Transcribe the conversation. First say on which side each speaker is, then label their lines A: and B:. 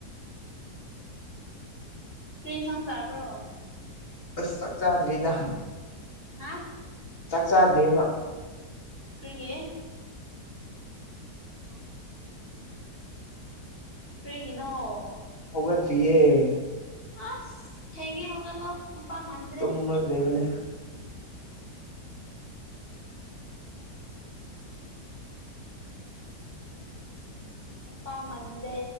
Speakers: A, on the left (about 35°); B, on the left (about 50°).
A: ꯀ꯭ꯔꯤ ꯏꯟꯁꯥꯡ ꯆꯥꯕ꯭ꯔꯣ꯫
B: ꯑꯁ ꯆꯥꯛ ꯆꯥꯗ꯭ꯔꯤꯗ꯫
A: ꯍꯥ꯫
B: ꯆꯥꯛ ꯆꯥꯗ꯭ꯔꯤꯕꯥ꯫
A: ꯀ꯭ꯔꯤꯒꯤ꯫ ꯀ꯭ꯔꯤꯒꯤꯅꯣ꯫
B: ꯍꯧꯒꯠꯇ꯭ꯔꯤꯌꯦ꯫
A: ꯑꯁ ꯊꯦꯡꯉꯦ ꯍꯧꯒꯠꯂꯣ꯫ ꯅꯨꯄꯥ ꯃꯥꯟꯗ꯭ꯔꯦ
B: ꯇꯨꯃ ꯂꯩꯕꯅꯦ꯫
A: ꯅꯨꯄꯥ ꯃꯟꯗꯦ